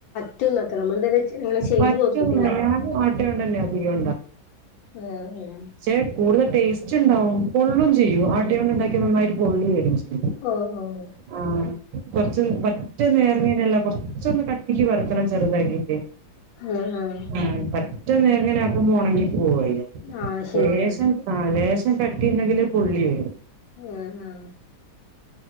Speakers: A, on the left; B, on the right.
A: റ്റന്നക്ക നമ്മൾ എന്ത ഇങ്ങനെ ചെയ്ത്
B: പറ്റും
A: നോക്കിട്ടില്ല.
B: ഞാൻ ആട്ടയോണ്ട് തന്നെ അധികം
A: <unintelligible>
B: പക്ഷേ കൂടുതൽ ടേസ്റ്റ് ഉണ്ടാവും പൊള്ളും ചെയ്യും ആട്ട കൊണ്ട് ഉണ്ടാക്കി നന്നായിട്ട് പൊങ്ങിവരും ചെയ്യും.
A: ഓഹ് ഓഹ്
B: ആഹ കൊറച്ച മറ്റൊന്ന് എറങ്ങനല്ല കൊറച്ചൊന്ന് കട്ടിക്ക് പരുത്തണം ചെറുതാക്കിട്ടേ.
A: ആഹ ആഹ
B: ആ പറ്റ നേരങ്ങനെ ആക്കുമ്പോ ണങ്ങി പോവാ ചെയ്യ
A: ആഹ് ശരിയാണ്
B: ലേഷം. ആഹ് ലേശം കട്ടിയുണ്ടെങ്കില് പൊള്ളി വരും.
A: ആഹ് ആഹ്